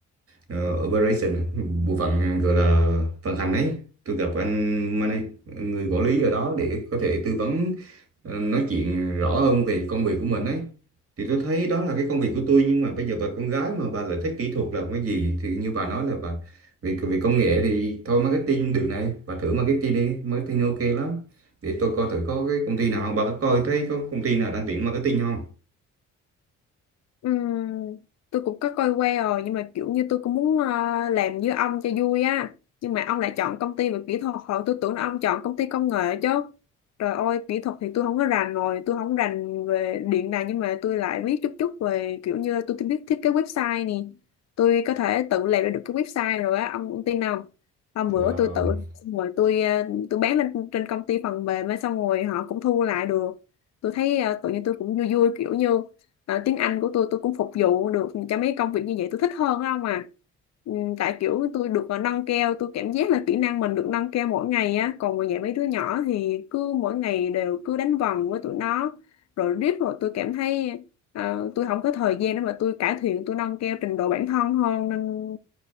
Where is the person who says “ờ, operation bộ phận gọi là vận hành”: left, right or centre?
Right